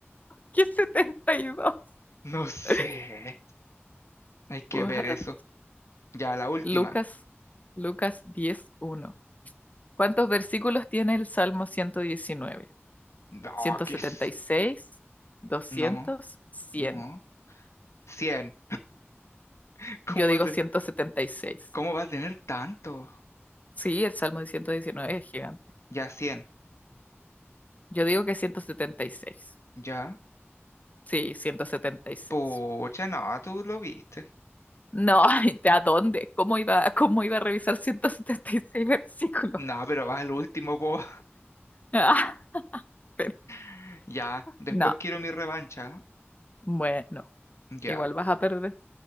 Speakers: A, on the left (about 35°); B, on the left (about 85°).
A: ¿Qué 72?
B: No sé.
A: <laughs>
B: Hay que
A: What?
B: ver eso. Ya, la última.
A: Lucas, Lucas diez uno. ¿Cuántos versículos tiene el Salmo ciento Ciento diecinueve?
B: No,
A: ¿ciento
B: que
A: setenta
B: es.
A: y seis, doscientos,
B: No,
A: cien.
B: no. 100. <laughs>
A: Yo
B: ¿Cómo
A: digo
B: va a ten-
A: 176.
B: cómo va a tener tanto?
A: Sí, el Salmo de 119 es gigante.
B: Ya, 100.
A: Yo digo que 176.
B: Ya.
A: Sí, 176.
B: Pucha, no, tú lo viste.
A: No, <laughs> ay, ¿de a dónde? ¿Cómo iba, cómo iba a revisar 176 versículos?
B: No,
A: <laughs>
B: pero vas al último, po.
A: Ah, pero-
B: <laughs> Ya. Después
A: no,
B: quiero mi revancha.
A: bueno,
B: ¿eh? Ya.
A: igual vas a perder.